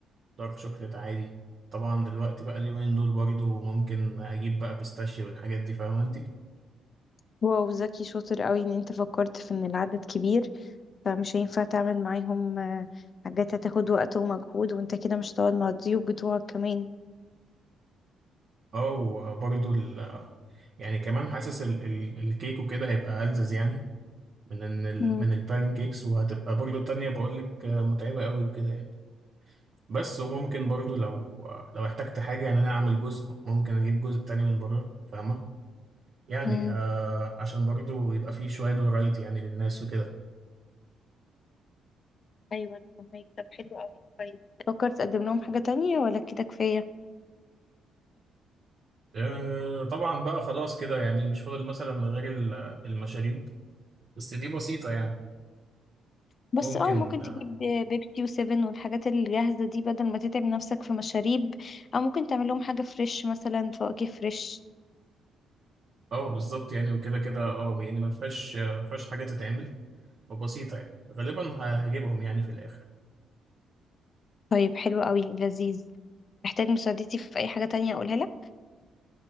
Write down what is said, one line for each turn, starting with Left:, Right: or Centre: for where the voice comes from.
Right: دارك شوكليت عادي طبعا دلوقتي بقى اليومين دول برضو ممكن اجيب بقى بيستاشيو والحاجات دي فاهمه انت
Left: واو ذكي شاطر قوي ان انت فكرت في ان العدد كبير فمش هينفع تعمل معاهم آه، حاجات هتاخد وقت ومجهود وانت كده مش هتقعد مع الضيوف بتوعك كمان
Right: اه وبرضو ال يعني كمان حاسس ال ال الكيك وكده هيبقى ألذذ يعني من ان ال
Left: مم.
Right: من البان كيكس وهتبقى برضو التانية بقول لك متعبة قوي وكده يعني بس وممكن برضو لو لو احتجت حاجة يعني انا اعمل جزء ممكن اجيب جزء تاني من بره فاهمة يعني
Left: مم.
Right: آه عشان برضو يبقى فيه شوية فرايتي يعني للناس وكده
Left: ايوه انا فاهمك طب حلو قوي كويس فكرت تقدم لهم حاجة تانية ولا كده كفاية
Right: آه، طبعا بقى خلاص كده يعني مش فاضل مثلا غير ال- المشاريب بس دي بسيطة يعني
Left: بس
Right: ممكن
Left: اه ممكن
Right: اه
Left: تجيب بيبسي وسيفن والحاجات الجاهزة دي بدل ما تتعب نفسك في مشاريب او ممكن تعمل لهم حاجة فريش مثلا فواكه فريش
Right: آه، بالظبط يعني وكده كده اه يعني ما فيهاش آه، ما فيهاش حاجة تتعمل فبسيطة يعني غالبا ه- هجيبهم يعني في الآخر
Left: طيب حلو قوي لذيذ محتاج مساعدتي في اي حاجة تانية اقولها لك